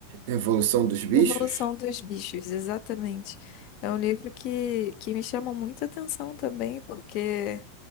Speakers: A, on the right (about 65°); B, on the left (about 50°).
A: Revolução dos Bichos?
B: Revolução dos Bichos, exatamente. É um livro que, que me chama muita atenção também, porque